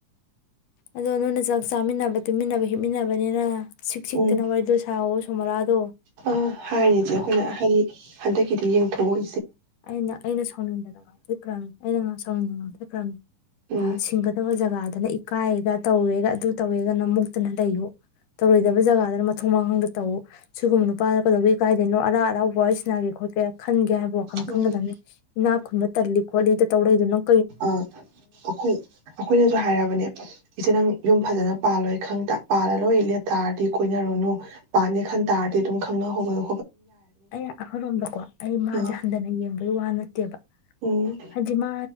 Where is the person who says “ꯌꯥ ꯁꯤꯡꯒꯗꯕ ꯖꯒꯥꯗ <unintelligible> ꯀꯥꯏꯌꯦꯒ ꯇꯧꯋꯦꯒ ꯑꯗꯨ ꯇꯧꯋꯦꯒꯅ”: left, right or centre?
Left